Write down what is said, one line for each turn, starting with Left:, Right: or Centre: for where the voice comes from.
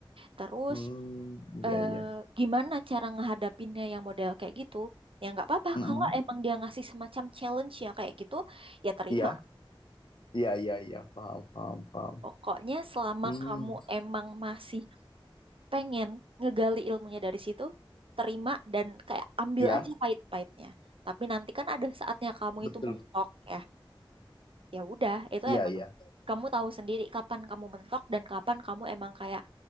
Right: terus
Left: Hmm, iya
Right: eh,
Left: iya.
Right: gimana cara ngehadapinnya yang model kayak gitu ya nggak apa-apa
Left: Mm-mm.
Right: kalau emang dia ngasih semacam challenge ya kayak gitu ya terima
Left: Iya, iya iya iya, paham paham paham.
Right: pokoknya selama
Left: Hmm,
Right: kamu emang masih pengen ngegali ilmunya dari situ, terima dan kayak ambil
Left: iya,
Right: aja pahit-pahitnya. Tapi nanti kan ada saatnya kamu
Left: betul.
Right: itu mentok ya. Ya udah, itu
Left: Iya
Right: emang
Left: iya.
Right: kamu tahu sendiri kapan kamu mentok dan kapan kamu emang kayak